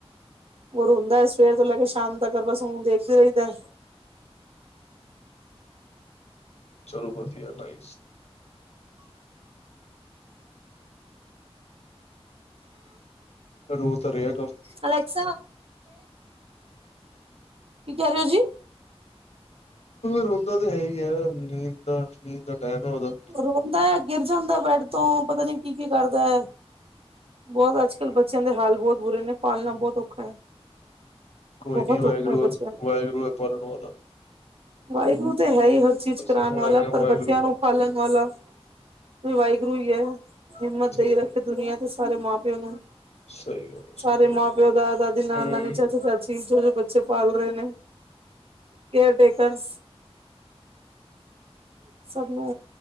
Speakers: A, on the right; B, on the left.
A: ਉਹ ਰੋਂਦਾ ਹੈ ਸਵੇਰ ਤੋਂ ਲੈ ਕੇ ਸ਼ਾਮ ਤੱਕ ਬਸ ਹੁਣ ਦੇਖਦੇ ਰਹਿੰਦਾ।
B: ਚਲੋ ਵਧੀਆ ਨਾਇਸ। ਰੋ ਤਾਂ ਰਿਆ
A: ਅਲੈਕਸਾ <unintelligible> ਕੀ ਕਹਿ ਰਹੇ ਹੋ ਜੀ?
B: ਰੋਂਦਾ ਤਾਂ ਹੈ ਹੀ ਹੈ ਨੀਂਦ ਨੀਂਦ ਦਾ ਟਾਈਮ ਹੈ ਉਹਦਾ।
A: ਰੋਂਦਾ ਹੈ ਗਿਰ ਜਾਂਦਾ ਬੈਡ ਤੋਂ ਪਤਾ ਨੀ ਕੀ ਕੀ ਕਰਦਾ ਹੈ। ਬਹੁਤ ਅੱਜ ਕਲ੍ਹ ਬੱਚਿਆਂ ਦੇ ਹਾਲ ਬਹੁਤ ਬੁਰੇ ਨੇ ਪਾਲਣਾ ਬਹੁਤ ਔਖਾ ਹੈ।
B: ਕੋਈ
A: ਬਹੁਤ
B: ਨੀ ਵਾਹਿਗੁਰੂ
A: ਔਖਾ ਬੱਚਿਆਂ
B: ਹੈ
A: ਨੂੰ।
B: ਵਾਹਿਗੁਰੂ ਹੈ ਪਾਲਣ ਵਾਲਾ
A: ਵਾਹਿਗੁਰੂ ਤੇ ਹੈ ਹੀ ਹਰ ਚੀਜ਼
B: ਅਸੀਂ
A: ਕਰਾਉਣ
B: ਹੁਣ
A: ਵਾਲਾ
B: ਹੈਗੇ ਆ
A: ਪਰ
B: ਵਾਹਿਗੁਰੂ
A: ਬੱਚਿਆਂ ਨੂੰ ਪਾਲਣ ਵਾਲਾ ਵਾਹਿਗੁਰੂ ਹੀ ਹੈ ਹਿੰਮਤ
B: ਠੀਕ
A: ਦੇਈ
B: ਹੈ
A: ਰੱਖੇ ਦੁਨੀਆਂ ਦੇ ਸਾਰੇ ਮਾਂ ਪਿਓ ਨੂੰ
B: ਸਹੀ ਗੱਲ ਹੈ, ਸਹੀ
A: ਸਾਰੇ
B: ਗੱਲ।
A: ਮਾਂ ਪਿਓ ਦਾ ਦਾਦੀ ਨ
B: ਹੂੰ।
A: ਨਾਨੀ ਚਾਚੇ ਚਾਚੀ ਜੋ- ਜੋ ਬੱ ਬਛੇ ਪਾਲ ਰਹੇ ਨੇ ਕੇਅਰ ਟੇਕਰਸ ਸਭ ਨੂੰ